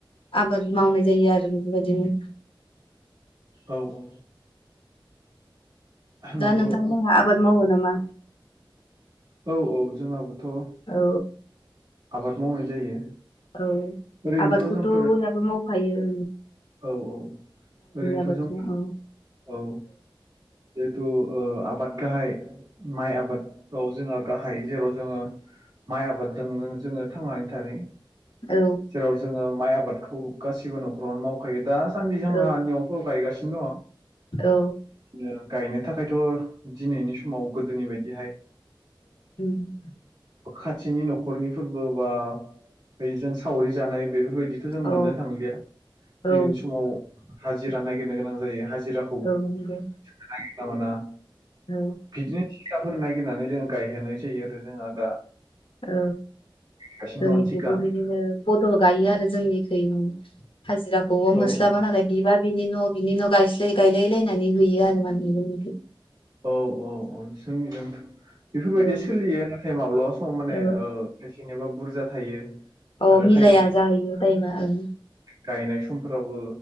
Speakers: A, on the left; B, on the right.
A: आबाद मावनाय जायो आरो बेफोरबायदिनो
B: औ औ
A: दा
B: नंगौ
A: नोंथांमोनहा आबाद मावो नामा
B: औ औ जोंहाबोथ'ओ
A: औ
B: आबाद मावनाय जायो
A: औ
B: ओरैनोथ'
A: आबादखौथ'
B: जोंफोर
A: बयहाबो माखायो
B: औ औ ओरैनोथ'
A: आबादखौ
B: जों
A: औ
B: औ जेथु ओ <unintelligible> आबाद गाहाय माइ आबादाव जोंहा गाहाय जेराव जोङो माइ आबाददों जोङो थांनानै थायो।
A: औ
B: जेराव जोङो माइ आबादखौ गासिबो न'खरावनो मावखायो दा दासान्दि जोंहानियावथ'
A: औ
B: गायगासिनो
A: औ
B: दङ बि गायनो थाखायथ' दिनैनि समाव गोदोनि बायदिहाय
A: उम,
B: ओ खाथिनि न'खरनि फोरबो बा बेजों सावरि जानाय बेफोरबायदिथ' जों
A: औ
B: मोननो थांलिया
A: औ
B: दिनैनि समाव हाजिरा नागिरनो गोनां जायो। हाजिराखौबो नागिरना
A: नंगौ
B: मोना।
A: औ।
B: बिदिनो थिखाफोर नागिरनानै जोङो गायहोनाय जायो आरो जोंहा दा
A: औ।
B: गायगासिनो
A: जोंनिखिबो
B: दङ थिखा
A: बिदिनो बदल गायो आरो जोंनिखि हाजिराखौबो
B: औ
A: मोस्लाबा
B: औ
A: नालाय बिबा बिनि न' बिनि न' गायस्लाय- गायलाय लायनानै हैयो आरो माने जोंनिखि।
B: औ औ औ जों जोंथ' बेफोरबायदि
A: औ
B: सोलियो टाइम माब्लाबा सम माने
A: औ
B: ओ खायसेनिबा बुरजा थायो
A: अ
B: आरो
A: मिलाया
B: खायसेनि
A: जाहैयो टाइमा ओं
B: गायनाय सम्फोर फ्रावबो